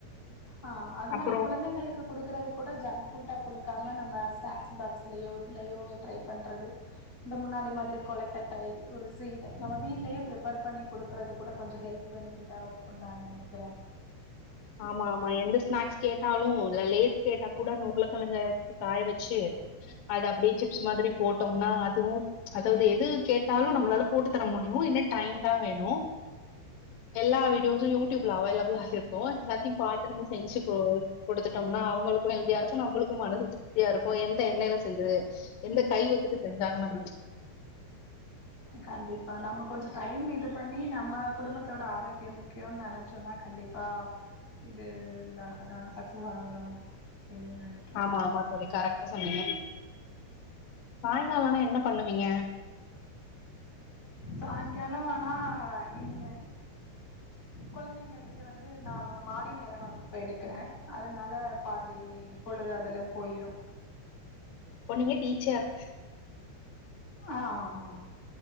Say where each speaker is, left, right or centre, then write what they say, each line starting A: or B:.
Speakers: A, on the left; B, on the left.
A: ஆ அது
B: அப்புறோ
A: மானி குழந்தைங்களு க்கு குடுக்குறது கூட ஜங்க் புட்டா குடுக்காம நம்ம ஸ்னாக்ஸ் பாக்ஸ்லயோ இதுலயோ ட்ரை பண்ணுறது இந்த முன்னாடி மாதிரி கொலைக்கட்டை ஒரு சீட நம்ம வீட்லயே ப்ரிப்பர் பண்ணி குடுக்குறது கூட கொஞ்ச ஹெல்த் பெனிபிட்டா இருக்குன் நெனக்கிற
B: ஆமா ஆமா எந்த ஸ்நாக்ஸ் கேட்டாலு இல்ல லேஸ் கேட்டா கூட நூருலக்கிழங்க காய வச்சி அது அப்டியே சிப்ஸ் மாதிரி போட்டோம்னா அதுவு அதோடய இது கேட்டாலு நம்மளால போட்டு தர முடியு என்னத் டைம் தா வேணு எல்லா வீடியோஸும் யூடியூப்ல அவேலபிளா இருக்கு எல்லாத்தையு பாத் திரும்ப செஞ்சி கு குடுத்துடம்னா அவங்களுக்கு ஹெல்தியா இருக்கு நம்மளுக்கு மனசு திப் தியா இருக்கு எந்த எண்ணெல செஞ்சது எந்த கை வச்சிட்டு செஞ்சாங்க நம்ம
A: கண்டிப்பா நம்ம கொஞ்ச டைம் இது பண்ணி நம்ம குடும்பத்தோட ஆரோக்கியம் முக்கியோ நெனச் சொன்னா கண்டிப்பா இது இதாகதா சக்சஸ் ஆகதா செய்யுன் நெனைக்கிறே
B: ஆமா ஆமா தோழி கரெக்டா சொன்னங்க சாயங்கால ஆனா என்ன பண்ணுவீங்க
A: சாய்ங்கால ஆனா இங்க கெழந்தைங்களுக்கு வந்து நாம்ம மாலை நேர வகுப்பு எடுக்கிற அதனால பாதி பொழுது அதுல போயிரு
B: அப்போ நீங்க டீச்சர்
A: ஆ ஆமா